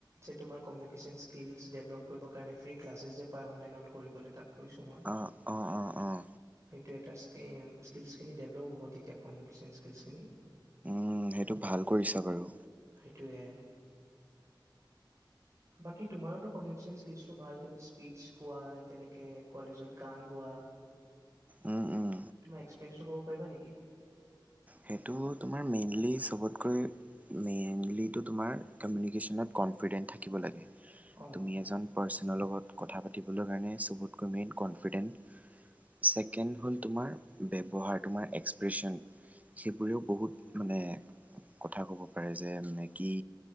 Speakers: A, on the right; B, on the right.
A: যে তোমাৰ কমিউনিকেশ্যন স্কিলছ ডেভেলপ কৰিবৰ কাৰণে ফ্ৰী ক্লাছেছ যে পায় অনলাইনত কৰিবলৈ তাক কৈছো মই।
B: অঁ অঁ অঁ অঁ
A: সেইটো এটাৰ স্কি স্কিল্ছখিনি ডেভলপ হ'ব তেতিয়া কমিউনিকেশ্যন স্কিলছখিনি।
B: উম, সেইটো ভাল কৰিছা বাৰু।
A: সেইটোৱে। বাকী তোমাৰোটো কমিউনিকেশ্যন স্কিলচটো ভাল তুমি স্পিচ কোৱা তেনেকে কলেজত গান গোৱা।
B: উম, উম।
A: তুমা এক্সপেৰিয়েন্চটো কব পাৰিবা নেকি?
B: সেইটো তোমাৰ মেইনলি চবতকৈ মেইনলিটো তোমাৰ কমিউনিকেশ্যনত কনফিডেণ্ট থাকিব লাগে,
A: অ',
B: তুমি এজন পাৰ্চনৰ লগত কথা পাতিবলৈ কাৰণে চবতকৈ মেইন কনফিডেণ্ট ছেকেণ্ড হ'ল তোমাৰ ব্যৱহাৰ তোমাৰ এক্সপ্ৰেশ্যন। সেইবোৰেও বহুত মানে কথা ক'ব পাৰে যে মানে যে কি